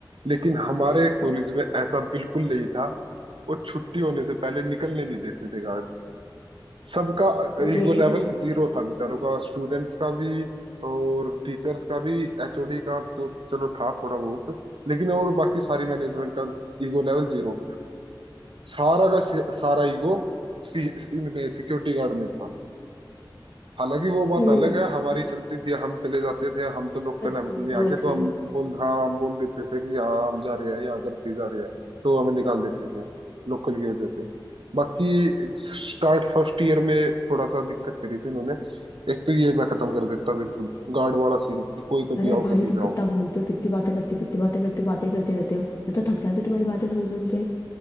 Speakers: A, on the right (about 90°); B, on the left (about 45°).
A: लेकिन हमारे
B: सही बात
A: कॉलेज
B: है
A: में ऐसा बिल्कुल नहीं था वो छुट्टी होने से पहले निकलने नहीं देते थे गार्ड सबका ईगो
B: मे-
A: लेवल जीरो था बेचारों का स्टूडेंट्स का भी और टीचर्स का भी एचओडी का तो चलो था थोड़ा बहुत लेकिन और बाकी सारी मैनेजमेंट का ईगो लेवल जीरो सारा का सारा ईगो इनमें सिक्योरिटी गार्ड में था हालांकि वो बात
B: हम्म
A: अलग है हमारी चलती थी हम चले जाते थे हम तो लोकल
B: समझ
A: है मतलब
B: गई
A: यहाँ
B: समझ
A: के तो
B: गई
A: हम बोल हाँ हम बोल देते थे कि यहाँ हम जा रहे हैं यहाँ घर पे जा रहे हैं तो हमें निकाल देते थे लोकल की वजह से बाकी स्टार्ट फर्स्ट ईयर में थोड़ा सा दिक्कत करी थी इन्होंने एक तो ये मैं खत्म कर देता बिल्कुल गार्ड वाला सीन कि कोई कभी
B: अरे
A: आओ
B: भाई
A: कभी
B: तुम
A: जाओ
B: कितना बोलते हो कितनी बातें करते हो कितनी बातें करते हो बातें ही करते रहते हो मैं तो थक जाती हूँ तुम्हारी बातें सुन सुन के